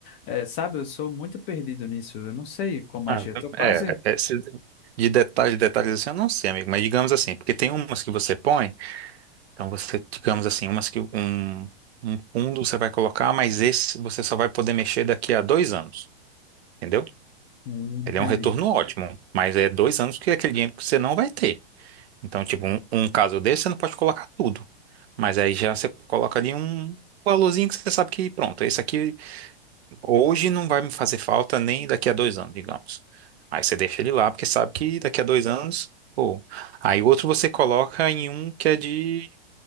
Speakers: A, on the left; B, on the right.
A: Eh, sabe, eu sou muito perdido nisso, eu não sei como
B: Ah,
A: agir, eu tô quase...
B: é, é, se- de detalhes, detalhes assim, eu não sei, amigo, mas digamos assim, porque tem umas que você põe, então você, digamos assim, umas que um, um fundo você vai colocar, mas esse você só vai poder mexer daqui a dois anos, entendeu?
A: Hum,
B: Ele
A: Entendi.
B: é um retorno ótimo, mas é dois anos que é aquele dinheiro que você não vai ter. Então, tipo, um, um caso desse, você não pode colocar tudo, mas aí já você coloca ali um valorzinho que você sabe que, pronto, esse aqui Hoje não vai me fazer falta nem daqui a dois anos, digamos. Aí você deixa ele lá, porque sabe que daqui a dois anos. Pô. Aí o outro você coloca em um que é de